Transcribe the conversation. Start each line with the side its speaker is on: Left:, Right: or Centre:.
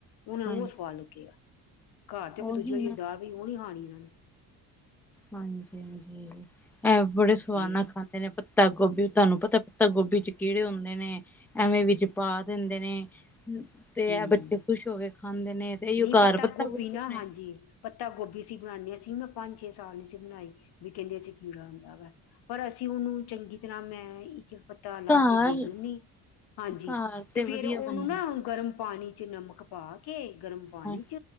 Left: ਉਹਨਾਂ ਨੂੰ
Centre: ਹਾਂਜੀ
Left: ਉਹ ਸਵਾਦ ਲੱਗੇਗਾ ਘਰ ਤੇ
Centre: ਉਹੀ
Left: ਦੂਜੇ <unintelligible>
Centre: ਨਾ
Left: ਪਈ ਉਹ ਨਹੀਂ ਖਾਣੀ ਇਹਨਾਂ ਨੇ
Centre: ਹਾਂਜੀ ਹਾਂਜੀ ਇਹ ਬੜੇ ਸਵਾਦ
Left: ਇਹ
Centre: ਨਾਲ ਖਾਂਦੇ ਨੇ ਗੋਭੀ ਤੁਹਾਨੂੰ ਪਤਾ ਪਤਾ ਗੋਭੀ ਚ ਕੀੜੇ ਹੁੰਦੇ ਨੇ ਐਵੇਂ ਵਿੱਚ ਪਾ ਦਿੰਦੇ ਨੇ ਤੇ
Left: ਹੂੰ
Centre: ਇਹ ਬੱਚੇ ਖੁਸ਼ ਹੋ ਕੇ ਖਾਂਦੇ ਨੇ ਤੇ ਇਹੀਓ
Left: ਨਹੀਂ
Centre: ਘਰ ਪੱਤਾ
Left: ਗੋਭੀ
Centre: ਗੋਬੀ
Left: ਨਾ
Centre: ਨੇ
Left: ਹਾਂਜੀ ਪੱਤਾ ਗੋਭੀ ਸੀ ਬਣਾਉਂਦੇ ਅਸੀਂ ਨਾ ਪੰਜ ਛੇ ਸਾਲ ਨੀ ਸੀ ਬਣਾਈ ਵੀ ਕਹਿੰਦੇ ਸੀਂ ਕੀ ਕੀੜਾ ਹੁੰਦਾ ਵਾ ਪਰ ਅਸੀਂ ਉਹਨੂੰ ਚੰਗੀ ਤਰ੍ਹਾਂ ਮੈਂ ਇੱਕ ਤਾ ਲਾ
Centre: ਘਰ
Left: ਕੇ ਦੇਖ ਲੈਂਦੀ ਹਾਂਜੀ
Centre: ਘਰ
Left: ਤੇ ਫੇਰ
Centre: ਵਧੀਆ
Left: ਉਹਨੂੰ
Centre: ਬਣੇ
Left: ਨਾ ਗਰਮ ਪਾਣੀ 'ਚ ਨਮਕ ਪਾ ਕੇ ਗਰਮ ਪਾਣੀ
Centre: ਹਾਂ
Left: 'ਚ